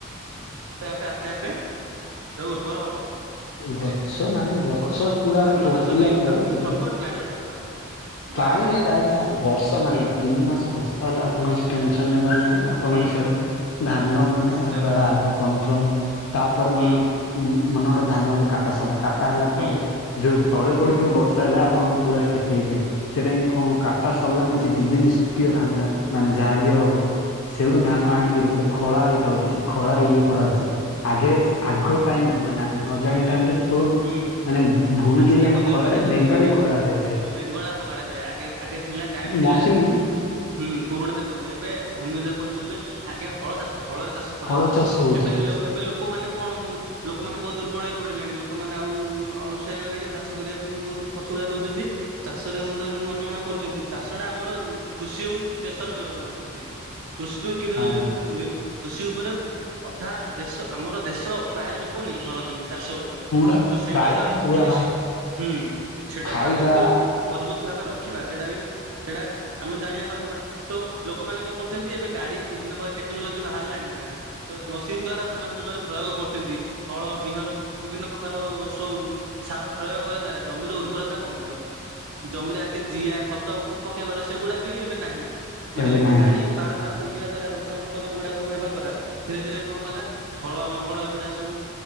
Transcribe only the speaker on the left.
ଗଛ ମାନେ
ପୁରା
ପୋତିଲା
ପରେ
ବିଲ
କ୍ଲାଇମେଟ ଆଜ୍ଞା ବର୍ଷା ମାନେ
ତିନି ମାସ ବର୍ଷା ହେଲା ଆପଣ ଟେନସନ୍ ନବାର ନାଇଁ ଆପଣଙ୍କ
ସିଆଡ଼େ ଧାନ ମାନେ ହେବାଡ଼ା
ଆଗ କନଫ୍ରମ ତାପରେ
ମାନ ମନର ଧାନ ଏବେ କାଟା ସରିଲା କାଟା ହେଲା ପରେ
ଯୋଉ ତଳେ ପଡିଥିବ ବର୍ଷା ହେଲେ ଆପଣ ପୁରା କ୍ଷତି ହେଇପାରିବ। ସେଇଟା ହିଁ କଣ କାଟା ସରିଲାନି ସେ ଦି ଦିନ ଶୁଖିବ ଧାନଟା ମାନେ ଯାହା ଇଏ ହବ। ସେଇଠୁ ଧାନ
ଆଣିକିରି ଗୋଟେ ଖଳା ହେଇଥାଉଛି ସେ ଖଳାରେ ଇଏ କରାହଉଛି ଆଗେ ଆଗ ଟାଇମରେ ମାନେ ଆମେ ନ ଜାଣିବା ଟାଇମରେ ସେତେବେଳୁ
ମାନେ ଭୁଇଁଗିରି
ଆଣି ଖଳରେ
ବେଙ୍ଗାଳି
କରା ଯାଉଥାଏ।
ମସିନ୍
ଫଳ ଚାଷ ହଉଥିଲା
ହଁ
ପୁରା
ପ୍ରାୟ
ନାହିଁ
ପୁରା ମାନେ
ଖାଇବା
ଏବେ ନାହିଁ।